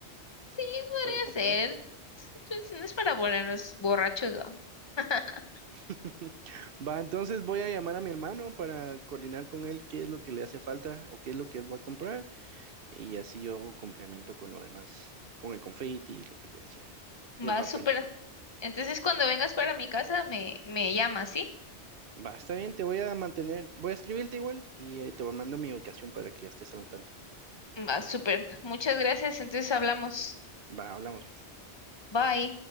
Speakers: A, on the left (about 25°); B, on the right (about 60°).
A: sí, podría
B: para comprarles.
A: ser. Es- pues, no es para ponernos borrachos, ¿no? <laughs>
B: <laughs> Va, entonces voy a llamar a mi hermano para coordinar con él qué es lo que le hace falta o qué es lo que él va a comprar. Y así yo complemento con lo demás, con el confeti y lo que te decía.
A: Va,
B: Y el papel.
A: súper. Entonces cuando vengas para mi casa me, me llamas, ¿sí?
B: Va, está bien, te voy a mantener, voy a escribirte igual y eh, te voy mando mi ubicación para que ya estés al tanto.
A: Va, súper. Muchas gracias, entonces hablamos.
B: Va, hablamos pues.
A: bye